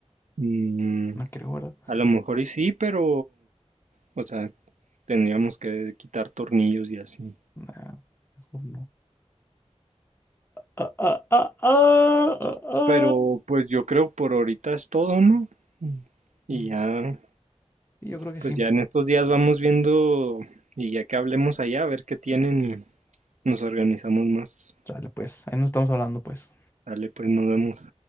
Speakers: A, on the right; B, on the left.
A: Mm,
B: No creo, ¿verdad?
A: a lo mejor y sí, pero, o sea, tendríamos que quitar tornillos y así.
B: Nah, mejor no. Ah, ah, ah, ah, ah,
A: Pero
B: ah.
A: pues yo creo por ahorita es todo, ¿no? Y
B: Mm,
A: ya,
B: Yo creo que
A: pues
B: sí.
A: ya en estos días vamos viendo y ya que hablemos allá, a ver qué tienen y nos organizamos más.
B: Dale, pues, ahí nos estamos hablando, pues.
A: Dale, pues nos vemos.